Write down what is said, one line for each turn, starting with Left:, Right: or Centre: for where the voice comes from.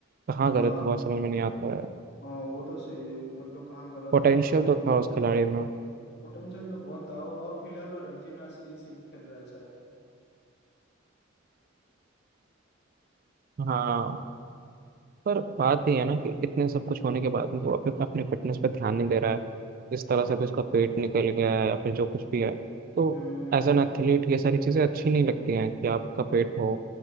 Right: कहाँ
Left: हाँ
Right: गलत हुआ समझ में नहीं आता है
Left: हाँ वो तो सही है मतलब कहाँ गलत
Right: पोटेंशियल
Left: हो क्या हो
Right: तो था उस खिलाड़ी में
Left: पोटेंशियल तो बहुत था वो, और फिलहाल वो रणजी मैच ही सिर्फ खेल रहा है शायद
Right: हाँ पर बात ये है ना कि इतने सब कुछ होने के बाद भी वो अपने अपने फिटनेस पे ध्यान नहीं दे रहा है जिस तरह
Left: हाँ
Right: से भी उसका पेट निकल गया है अपने जो कुछ भी है तो
Left: हम्म
Right: एज एन एथलीट ये सारी चीज़ें अच्छी नहीं लगती हैं कि आपका पेट हो